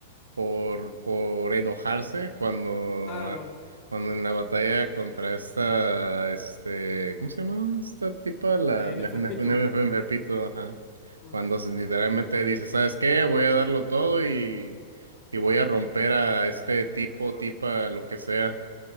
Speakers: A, on the right; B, on the left.
A: por enojarse cuando,
B: Claro,
A: ah, cuando en la batalla contra esta, este, ¿cómo se llama esta tipa? La
B: eh,
A: Nef-
B: Neferpito,
A: Nef- Nef- Nef- Nepito, ajá.
B: Ujú,
A: Cuando se- literalmente dice, ¿sabes qué? Voy a darlo todo y, y voy a romper a este tipo, tipa, lo que sea.